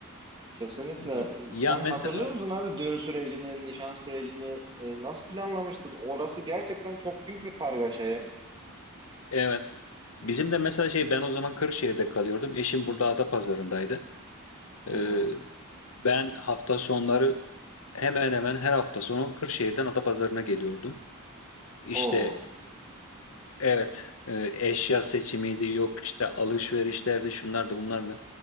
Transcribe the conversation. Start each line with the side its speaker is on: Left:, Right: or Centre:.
Right: Kesinlikle.
Left: Hı hı. Ya
Right: Sen
Left: mesela
Right: hatırlıyor musun abi düğün sürecini, nişan sürecini e, nasıl planlamıştın? Orası gerçekten çok büyük bir kargaşa ya.
Left: evet. Bizim de mesela şey ben o zaman Kırşehir'de kalıyordum. Eşim burada Adapazarı'ndaydı. Ee,
Right: Hı hı.
Left: ben hafta sonları hemen hemen her hafta sonu Kırşehir'den Adapazarı'na geliyordum. İşte
Right: Oo.
Left: evet e, eşya seçimiydi yok işte alışverişlerdi şunlardı bunlardı.